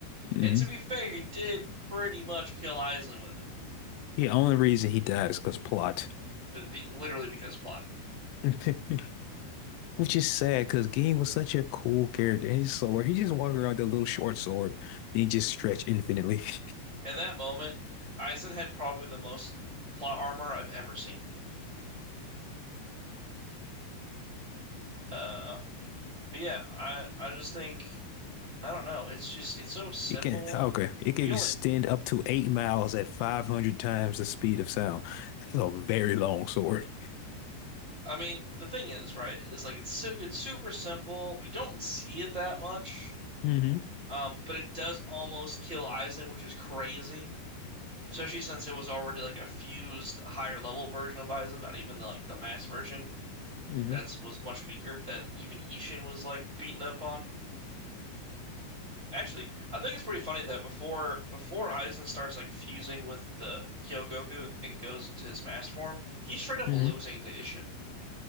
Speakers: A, on the left (about 80°); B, on the right (about 15°).
A: hmm
B: And to be fair, he did pretty much kill Aizen with it,
A: The only reason he died is because plot.
B: Be- be- literally because plot.
A: <laughs> Which is sad because Ging was such a cool character. His sword, he just walked around with a little short sword. He just stretched infinitely. <laughs>
B: In that moment, Aizen had probably the most plot armor I've ever seen. Uh, but yeah, I I just think I don't know. It's just it's so simple.
A: It can, okay, it can
B: We only.
A: extend up to eight miles at 500 times the speed of sound. That is a very long sword.
B: I mean, the thing is, right, is like it's so it's super simple. We don't see it that much
A: hmm
B: Um, but it does almost kill Aizen, which is crazy, especially since it was already like a fused higher level version of Aizen, not even the, like the mass version
A: hmm
B: that was much weaker that even Ishin was like beaten up on. Actually, I think it's pretty funny that before before Aizen starts like fusing with the Hyogoku and goes into his mass form, he's straight up
A: hmm
B: losing to Ishin,